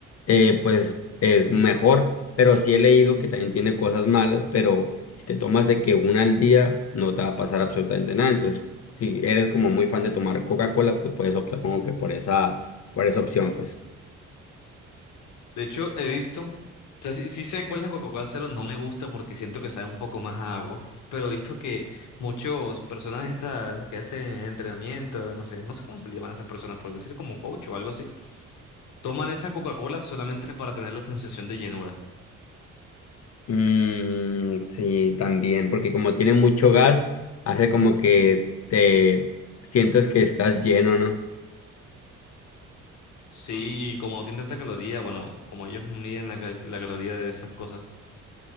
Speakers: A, on the left; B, on the left.
A: eh, pues es mejor. Pero sí he leído que también tiene cosas malas, pero si te tomas de que una al día, no te va a pasar absolutamente nada. Entonces, si eres como muy fan de tomar Coca-Cola, pues puedes optar como que por esa, por esa opción, pues.
B: De hecho, he visto, o sea, sí, sí sé cuál es la Coca-Cola Cero, no me gusta porque siento que sabe un poco más a agua, pero he visto que muchas personas estas que hacen entrenamiento, no sé, no sé cómo se le llaman a esas personas, por decir como coach o algo así Toman esa Coca-Cola solamente para tener la sensación de llenura.
A: Mm, sí, también, porque como tiene mucho gas, hace como que te sientes que estás lleno, ¿no?
B: Sí, y como no tiene tanta caloría, bueno, como ellos miden la, cal- la caloría de esas cosas.